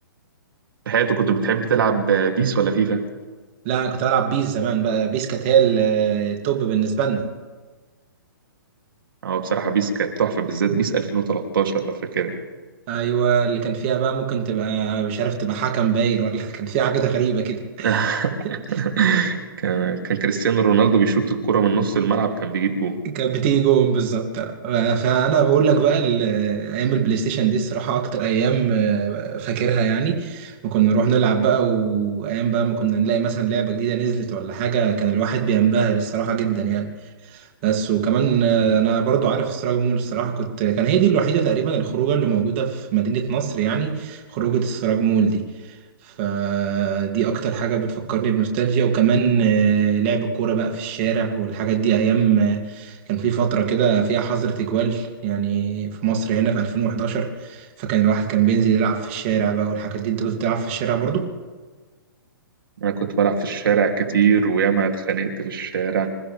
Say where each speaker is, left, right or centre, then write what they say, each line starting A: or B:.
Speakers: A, on the right (about 70°); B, on the right (about 30°).
A: في حياتك كنت بتحب تلعب بيس ولا فيفا؟
B: لا انا كنت بلعب بيس زمان بقى بيس كانت هي ال- آه، التوب بالنسبه لنا
A: اه بصراحة بيس كانت تحفة بالذات بيس 2013 لو فاكرها
B: ايوه اللي كان فيها بقى ممكن تبقى مش عارف تبقى حكم باين ولا <laughs> كان فيها حاجه غريبه كده
A: <laughs>
B: <laughs>
A: كان كان كريستيانو رونالدو بيشوط الكرة من نص الملعب كان بيجيب جول
B: كانت بتيجي جون بالظبط فانا بقول لك بقى ال- ايام البلاي ستيشن دي الصراحه اكتر ايام آه، فاكرها يعني وكنا نروح نلعب بقى وايام بقى ما كنا نلاقي مثلا لعبه جديده نزلت ولا حاجه كان الواحد بينبهر الصراحه جدا يعني بس وكمان آه، انا برضو عارف السراج مول الصراحه كنت كان هي دي الوحيده تقريبا الخروجه اللي موجوده في مدينه نصر يعني خروجه السراج مول دي فدي اكتر حاجه بتفكرني بنوستالجيا وكمان آه، لعب الكوره بقى في الشارع والحاجات دي ايام آه، كان في فتره كده فيها حظر تجوال يعني في مصر هنا في 2011 فكان الواحد كان بينزل يلعب في الشارع بقى والحاجات دي انت كنت بتلعب في الشارع برضو
A: انا كنت بلعب في الشارع كتير وياما اتخانقت في الشارع